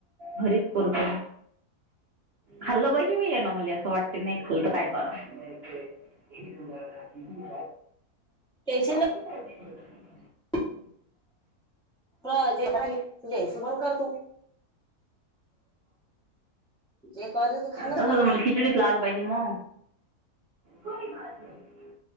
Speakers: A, on the right; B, in the centre.
A: भरीत करतो. खाल्लं पाहिजे बाई यांना मले असं वाटते नाय खाल्ल तर काय कराव. ये समजा कती बि
B: टेन्शन नं
A: <unintelligible>
B: आता <unintelligible> आपण जे जा घ्यायच बंद कर तू जे कर ते खाणच
A: तसं
B: काम
A: त मला
B: आहे
A: खिचडीच लावयला पाहिजे म कोई बाात नही.